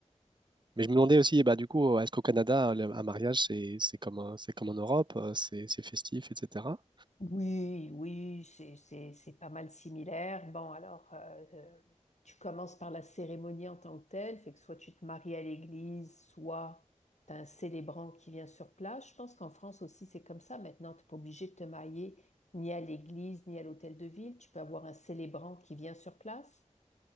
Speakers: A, on the right (about 40°); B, on the left (about 65°).
A: Mais je me demandais aussi, bah, du coup, est-ce qu'au Canada, le- un mariage, c'est c'est comme, un- c'est comme en Europe, euh, c'est c'est festif, etc.
B: Oui, oui, c'est, c'est, c'est pas mal similaire. Bon, alors, euh, euh, tu commences par la cérémonie en tant que telle, fait que soit tu te maries à l'église, soit t'as un célébrant qui vient sur place. Je pense qu'en France aussi, c'est comme ça. Maintenant, t'es pas obligé de te marier ni à l'église, ni à l'hôtel de ville. Tu peux avoir un célébrant qui vient sur place.